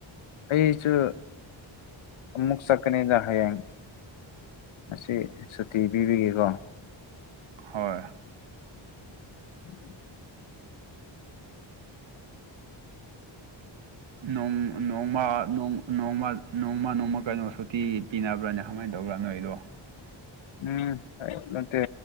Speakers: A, on the left; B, on the right.
A: ꯑꯩꯁꯨ ꯃꯨꯛ ꯆꯀꯅꯦꯖ ꯍꯌꯦꯡ ꯑꯁꯤ ꯁꯨꯇꯤ ꯄꯤꯕꯤꯒꯦꯀꯣ
B: ꯍꯣꯏ
A: ꯎꯝ
B: ꯅꯣꯡ ꯅꯣꯡꯃ ꯅꯣꯡ ꯅꯣꯡꯃ ꯅꯣꯡꯃ ꯅꯣꯡꯃ ꯀꯩꯅꯣ ꯁꯨꯇꯤ ꯄꯤꯅꯕ꯭ꯔꯅꯦ ꯀꯃꯥꯏꯅ ꯇꯧꯕ꯭ꯔꯥ ꯅꯣꯏ ꯑꯩꯗꯣ
A: ꯎꯝ ꯅꯠꯇꯦ